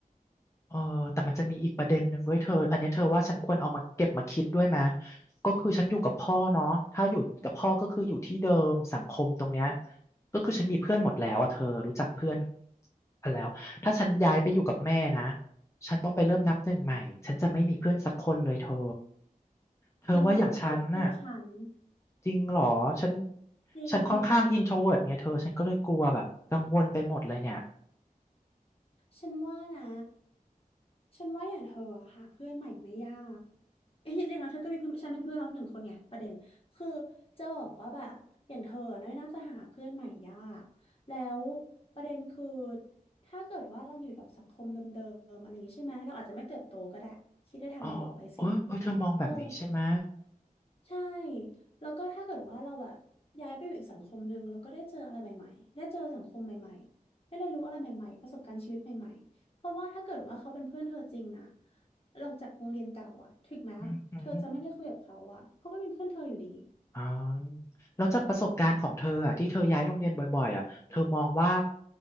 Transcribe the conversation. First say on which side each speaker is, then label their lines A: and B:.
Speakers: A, on the left; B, on the left.
A: เออแต่มันจะมีอีกประเด็นหนึ่งด้วยเธออันเนี้ยเธอว่าฉันควรเอามาเก็บมาคิดด้วยไหมก็คือฉันอยู่กับพ่อเนาะถ้าอยู่กับพ่อก็คืออยู่ที่เดิมสังคมตรงเนี้ย ก็คือฉันมีเพื่อนหมดแล้วอ่ะเธอรู้จักเพื่อนกันแล้วถ้าฉันย้ายไปอยู่กับแม่นะ ฉันต้องไปเริ่มนับหนึ่งใหม่ฉันจะไม่มีเพื่อนสักคนเลยเธอ เธอว่าอย่างฉันน่ะ
B: สนุกเชื่อฉัน
A: จริงเหรอฉัน
B: จริง
A: ฉันค่อนข้างอินโทรเวิร์ตไงเธอฉันก็เลยกลัวแบบกังวลไปหมดเลยเนี่ย
B: ฉันว่านะฉันว่าอย่างเธออะหาเพื่อนใหม่ไม่ยาก เอ้ยจริงๆแล้วเธอก็มีเพื่อนฉันเป็นเพื่อนเราหนึ่งคนไงประเด็นคือจะบอกว่าแบบอย่างเธอน่ยน่าจะหาเพื่อนใหม่ยากแล้วประเด็นคือถ้าเกิดว่าเราอยู่กับสังคมเดิมๆอะไรอย่างนี้ใช่ไหมเราอาจจะไม่เติบโตก็ได้คิดในทางบวกไว้สิ
A: อ๋อโอ้ยโอ้ยเธอมองแบบนี้ใช่ไหม
B: เออ ใช่แล้วก็ถ้าเกิดว่าเราแบบย้ายไปอยู่อีกสังคมหนึ่งแล้วก็ได้เจออะไรใหม่ๆได้เจอสังคมใหม่ๆได้เรียนรู้อะไรใหม่ๆประสบการณ์ชีวิตใหม่ๆ เพราะว่าถ้าเกิดว่าเขาเป็นเพื่อนเธอจริงอะเราจากโรงเรียนเก่าอะถึงแม้เธอจะไม่ได้คุยกับเขาอะเขาก็เป็นเพื่อนเธออยู่ดี
A: อืมอหืออ๋อแล้วจากประสบการณ์ของเธออ่ะที่เธอย้ายโรงเรียนบ่อยๆอ่ะเธอมองว่า